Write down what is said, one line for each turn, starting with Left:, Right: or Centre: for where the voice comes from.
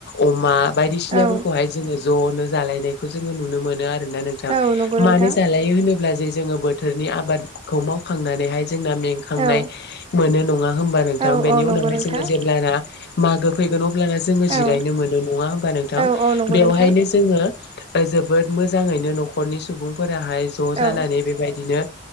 Left: अमा बायदिसिनाफोरखौहाय
Right: औ
Left: जोङो ज'नो जालायनायखौ जोङो नुनो मोनो आरो नोंथां
Right: औ नंगौ नोंथां
Left: मानो जालायो होनोब्ला जे जोङो बोथोरनि आबादखौ मावखांनानैहाय जोंना मेंखांनाय
Right: औ
Left: मोनो नङा हबा नोंथां
Right: औ
Left: बेनि
Right: औ नंगौ
Left: उनावहाय
Right: नोंथां
Left: जोङो जेब्लाना मागो फैगोन अब्लाना जोङो
Right: औ
Left: जिरायनो मोनो नङा होमबा नोंथां
Right: औ औ नंगौ
Left: बेवहायनो
Right: नोंथां
Left: जोङो जोबोद मोजाङैनो न'खरनि सुबुंफोराहाय ज'
Right: औ
Left: जानानै बेबायदिनो